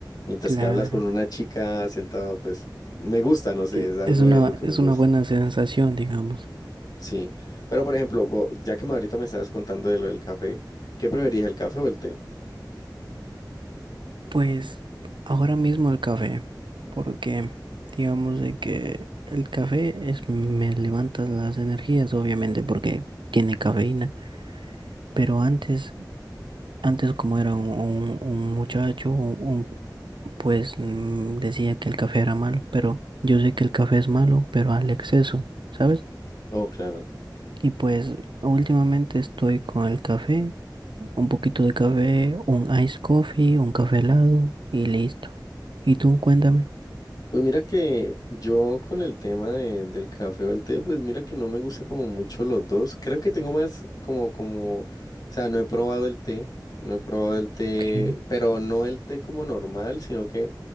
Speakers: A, on the left; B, on the right.
A: mientras
B: claro.
A: que hablas con una chica sentado, pues me gusta, no sé,
B: Ti-
A: es algo
B: Es una,
A: de lo que
B: es
A: me gusta.
B: una buena sensación, digamos.
A: Sí. Pero, por ejemplo, vo- ya que me ahorita me estabas contando de lo del café, ¿qué preferís, el café o el té?
B: Pues ahora mismo el café, porque digamos de que el café es, me levanta las energías, obviamente, porque tiene cafeína. Pero antes, antes como era un, un- un muchacho, un, un- pues mm, decía que el café era malo, pero yo sé que el café es malo, pero al exceso, ¿sabes?
A: Oh, claro.
B: Y pues últimamente estoy con el café un poquito de café, un ice coffee, un café helado y listo. Y tú cuéntame.
A: Pues mira que yo con el tema de- del café o el té, pues mira que no me gusta como mucho los dos. Creo que tengo más como, como, o sea, no he probado el té, no he probado el té,
B: ¿Qué?
A: pero no el té como normal, sino que